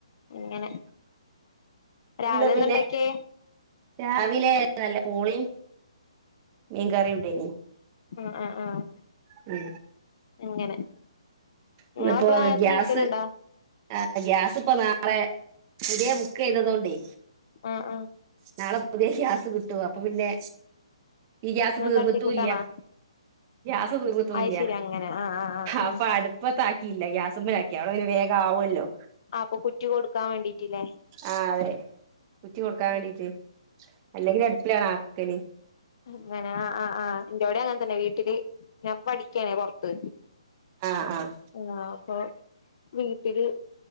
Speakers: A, on the left; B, on the right.
A: അങ്ങനെ രാവിലെ
B: ഇന്ന് പിന്നെ
A: എന്താ ഇണ്ടാക്കിയേ
B: രാവിലെ നല്ല പൂളിം, മീൻകറിംണ്ടേയിനി
A: ആഹ് ആഹ് ആഹ്
B: ഉം
A: അങ്ങനെ
B: ഇന്നിപ്പോ
A: ഇങ്ങളെപ്പളാ നേരത്തെ
B: ഗ്യാസ്
A: നീക്കലുണ്ടോ?
B: ആ ഗ്യാസ്പ്പം നാളെ പുതിയെ ബുക്കെയ്തതോണ്ടേ
A: ആഹ് ആഹ്
B: നാളെ പുതിയ ഗ്യാസ് കിട്ടും അപ്പൊ പിന്നെ ഈ ഗ്യാസ്
A: ഇന്ന്
B: തീർന്ന്ട്ടൂല്ല്യ
A: തട്ടിക്കൂട്ടാണോ
B: ഗ്യാസ് തീർന്ന്ട്ടൂല്ല്യ
A: അത് ശരി അങ്ങനെ ആഹ് ആഹ് ആഹ് ആഹ് ആഹ്
B: അപ്പൊ അട് പ്പത്താക്കിയില്ല ഗ്യാസ്മ്മെലാക്കി അവിടെ വേഗാവൊല്ലോ?
A: അപ്പൊ കുറ്റി കൊടുക്കാൻ വേണ്ടീട്ട്ല്ലേ
B: ആഹ് അതെ കുറ്റി കൊടുക്കാൻ വേണ്ടീട്ട്
A: ഉം
B: അല്ലെങ്കില് അടുപ്പിലാണാക്കല്
A: അങ്ങനെ ആഹ് ആ് ആഹ് ഇന്റോടിം അങ്ങൻ തന്നെ വീട്ടില് ഞാൻ ഇപ്പൊ പഠിക്കാണേ പൊറത്ത്
B: ആഹ് ആഹ്
A: ങ്ങാ അപ്പൊ വീട്ടില്